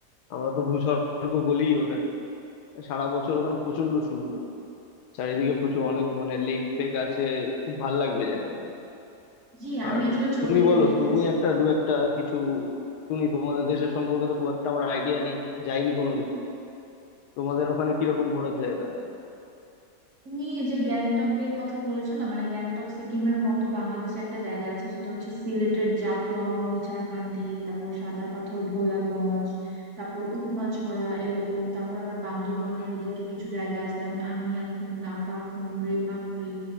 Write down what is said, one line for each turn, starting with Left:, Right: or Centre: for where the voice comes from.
Left: আমরা তো ভূস্বর্গ বলি ওটাকে সারা বছর ওখানে প্রচন্ড সুন্দর চারিদিকে প্রচুর অনেক মানে লেক ফেক আছে খুব ভাল লাগবে জায়গাটা
Right: জি
Left: আর
Right: আমি আসলে ছবিতে
Left: তুমি বলো
Right: দেখেছি
Left: তুমি একটা দু একটা কিছু শুনি তোমাদের দেশের সম্পর্কে তো খুব একটা আমার আইডিয়া নেই যাইনি কোনোদিন তোমাদের ওখানে কিরকম ঘোরার জায়গা আছে
Right: তুমি এই যে গ্যাংটক এর কথা বলেছো না মানে গ্যাংটক সিকিমের মতো বাংলাদেশে একটা জায়গা আছে সেটা হচ্ছে সিলেটের জাফলং বিছানাকান্দি তারপর সাদা পাথর ভোলাগঞ্জ তারপর উৎমাছড়া এরকম তারপর আবার বান্দরবনের ওদিকে কিছু জায়গা আছে যেমন আমিয়াখুম নাফাখুম রেমাক্রি